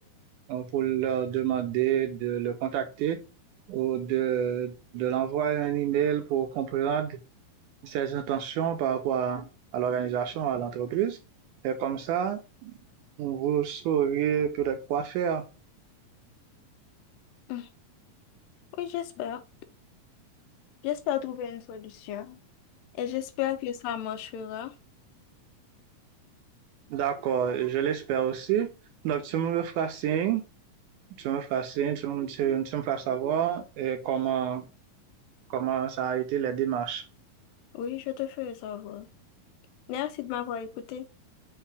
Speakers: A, on the right (about 75°); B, on the left (about 85°).
A: euh, pour leur demander de le contacter ou de, de l'envoyer un email pour comprendre ses intentions par rapport à, à l'organisation, à l'entreprise. Et comme ça, vous saurez peut-être quoi faire.
B: Mm. Oui, j'espère. J'espère trouver une solution et j'espère que ça marchera.
A: D'accord, je l'espère aussi. Donc, tu me feras signe, tu me feras signe, tu, me- tu- tu me feras savoir euh, comment, comment ça a été les démarches.
B: Oui, je te ferai savoir. Merci de m'avoir écouté.